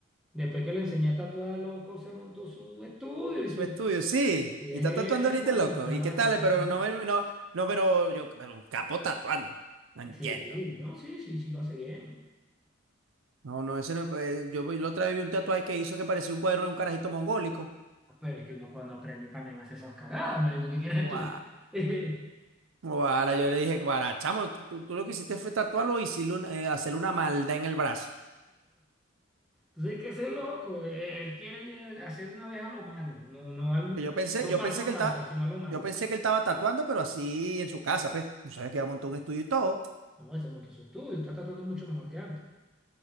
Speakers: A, in the centre; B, on the right.
A: Después que le enseñé a tatuar, loco, se montó su estudio y
B: Su
A: se...
B: estudio, sí.
A: y
B: Y
A: es
B: está
A: él
B: tatuando
A: en
B: ahorita
A: cuatro
B: el loco.
A: k
B: ¿Y qué tal?
A: está tatuado.
B: Pero no, no, no, no, pero yo, pero capo tatuando. No entiendo.
A: Sí, no, sí, sí, sí lo hace bien.
B: No, no, ese no. pues, yo, vi- la otra vez vi un tatuaje que hizo que parecía un cuadro de un carajito mongólico.
A: Pero es que uno cuando aprende también hace esas cagadas, marico, ¿qué quieres
B: Guau.
A: tú? <laughs> Entonces
B: Guara, yo le dije, guara, chamo, tú, tú- tú lo que hiciste fue tatuarlo y hacerle una, eh, hacerle una maldad en el brazo.
A: hay que ser loco. eh, Él quiere ya hacer de una vez a lo malo, no, no, al,
B: Que yo pensé,
A: no
B: yo
A: paso
B: pensé
A: a
B: que
A: paso,
B: él estaba,
A: sino a lo malo.
B: yo pensé que él estaba tatuando, pero así en su casa, pues. Yo sabía que iba a montar un estudio y todo.
A: No, él se montó su estudio, está tatuando mucho mejor que antes.